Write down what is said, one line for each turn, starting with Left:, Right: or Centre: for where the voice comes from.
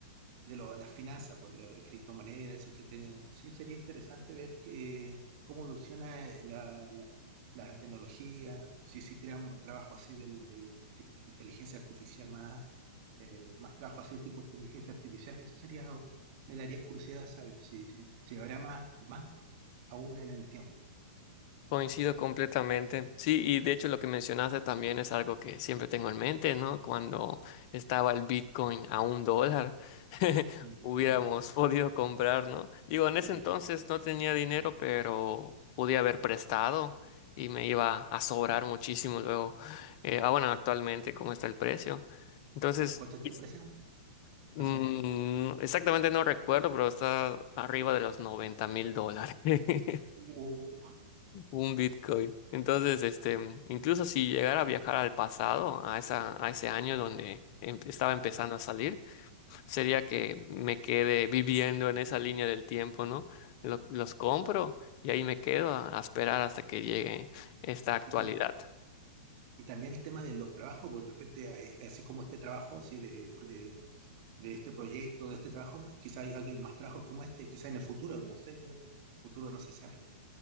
Right: de lo- las finanzas, pues, la de criptomonedas, eso que te- sí sería interesante ver que, cómo evoluciona eh, la, la, la tecnología, si si tiran trabajo así del- de, de inteligencia artificial más, eh, más trabajo así tipo inteligencia artificial, eso sería, me daría curiosidad saber si, si, si habrá más, más aún en el tiempo.
Left: Coincido completamente. Sí, y de hecho lo que mencionaste también es algo que siempre tengo en mente, ¿no? Cuando estaba el Bitcoin a un dólar, <laughs>
Right: Ujú.
Left: hubiéramos podido comprar, ¿no? Digo, en
Right: Eh,
Left: ese entonces no tenía dinero, pero podía haber prestado y me iba a sobrar muchísimo luego.
Right: eh,
Left: Eh, ah, bueno, actualmente, ¿cómo está el precio? Entonces,
Right: ¿cuánto está
Left: es-
Right: el precio?
Left: mm,
Right: No sabía.
Left: exactamente no recuerdo, pero está arriba
Right: Mucho.
Left: de los noventa mil dólares. <laughs>
Right: O-
Left: Un Bitcoin. Entonces, este, incluso si llegara
Right: Mm.
Left: a viajar al pasado, a esa, a ese año donde em- estaba empezando a salir, sería que me quede viviendo en esa línea del tiempo, ¿no? Lo- los compro
Right: Ajá.
Left: y ahí me quedo a, a esperar hasta que llegue esta actualidad.
Right: Y también Y también el tema de los trabajos, porque de repente, hay- así como este trabajo, así de, eh, de este proyecto, de este trabajo, quizá hay alguien más trabajo como este, quizá en el futuro, no sé, yo, futuro no se sabe.